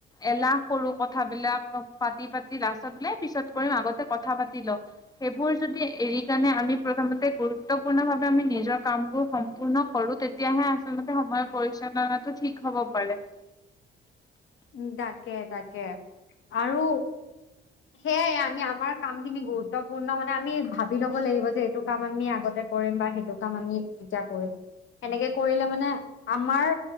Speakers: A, on the left; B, on the left.
A: এলাহ কৰো কথাবিলাক পাতি পাতি লাষ্টত বোলে পিছত কৰিম আগতে কথা পাতি লওঁ। সেইবোৰ যদি এৰি কাণে আমি প্ৰথমতে গুৰুত্বপূৰ্ণ ভাৱে আমি নিজৰ কামবোৰ সম্পূৰ্ণ কৰো তেতিয়াহে আচলতেই সময়ৰ পৰিচালনাটো ঠিক হব পাৰে।
B: উ তাকে তাকে আৰু সেয়াই আমি আমাৰ কাম খিনি গুৰুত্বপূৰ্ণ মানে আমি ভাব বি ল'ব লাগিব যে এইটো কাম আমি আগতে কৰিম বা সেইটো কাম আমি কেতিয়া কৰিম। সেনেকে কৰিলে মানে আমাৰ